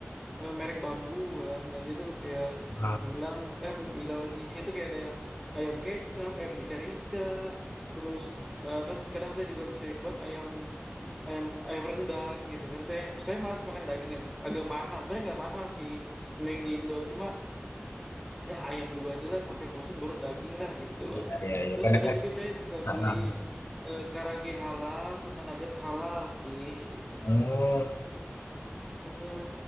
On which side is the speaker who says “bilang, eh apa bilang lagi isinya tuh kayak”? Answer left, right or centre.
Centre